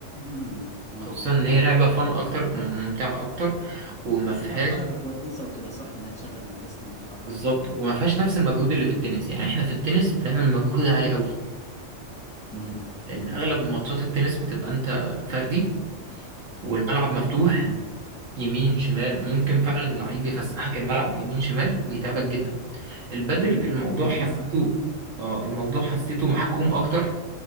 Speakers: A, in the centre; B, on the right.
A: مهم. اه
B: خصوصا ان
A: تمام
B: هي لعبه فن اكتر م- ممتعه اكتر وما
A: بس
B: فيهاش
A: فيها حركة كويسة وكده صح انها تشغل الجسم يتحرك
B: بالظبط
A: وكده مش
B: وما فيهاش نفس المجهود اللي في التنس يعني احنا في التنس بنعمل مجهود عالي قوي
A: مهم.
B: لان
A: مهم.
B: اغلب ماتشات التنس بتبقى انت فردي والملعب
A: مهم.
B: مفتوح
A: مهم.
B: يمين شمال ممكن
A: مهم.
B: فعلا اللعيب يفسحك الملعب يمين شمال ويتعبك جدا البدل الموضوع
A: انت
B: حسيته
A: بتلعب بقى
B: اه الموضوع حسيته محكوم اكتر